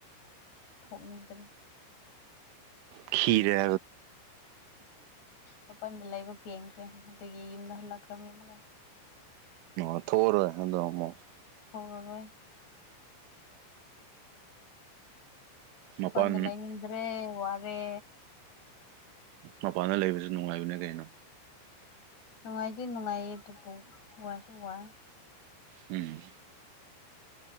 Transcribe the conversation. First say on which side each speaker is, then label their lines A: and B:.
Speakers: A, on the left (about 60°); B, on the right (about 80°).
A: ꯊꯣꯛꯅꯤꯡꯗ꯭ꯔꯦ
B: ꯈꯤꯔꯦ
A: ꯃꯄꯜꯗ ꯂꯩꯕ ꯄꯦꯡꯈ꯭ꯔꯦ ꯑꯗꯨꯒꯤ ꯌꯨꯝꯗ ꯍꯜꯂꯛꯈ꯭ꯔꯕꯅꯤ ꯃꯥ
B: ꯑ ꯊꯣꯛꯑꯔꯣꯢ ꯑꯗꯨ ꯑꯃꯨꯛ
A: ꯍꯧꯔꯔꯣꯏ
B: ꯃꯄꯥꯟ
A: ꯃꯄꯥꯜꯗ ꯂꯩꯥꯏꯅꯤꯡꯗ꯭ꯔꯦ ꯋꯥꯔꯦ
B: ꯃꯄꯥꯟꯗ ꯂꯩꯕꯁꯨ ꯅꯨꯡꯉꯥꯏꯕꯅꯦ ꯀꯩꯅꯣ
A: ꯅꯨꯡꯉꯥꯏꯗꯤ ꯅꯨꯡꯉꯥꯏꯌꯦ ꯑꯗꯨꯕꯨ ꯋꯥꯁꯨ ꯋꯥꯏ
B: ꯎꯝ